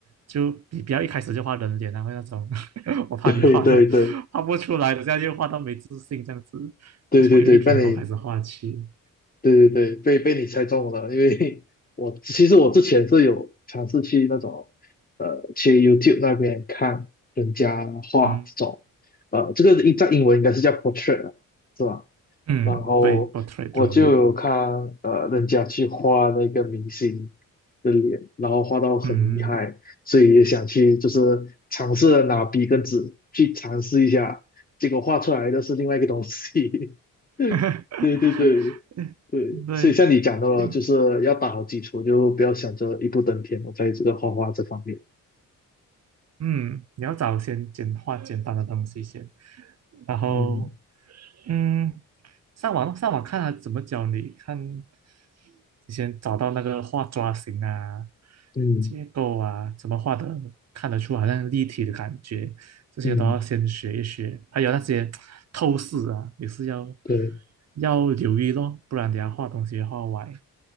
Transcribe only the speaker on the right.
就你不要一开始就画人脸啊，后那种 <laughs> 我怕你画的
画不出来的，这样就画到没自信这样子，
就从一粒苹果开始画起。
嗯
嗯，
对，portrait drawing，
嗯，
<laughs>
对，
嗯，
嗯你要找先简化简单的东西先，然后
嗯，上网上网看他怎么教你，看你先找到那个画抓形啊、
结构啊，怎么画的看得出好像立体的感觉，这些都要先学一学。
还有那些透视啊，也是要
要留意咯，不然等下画东西画歪。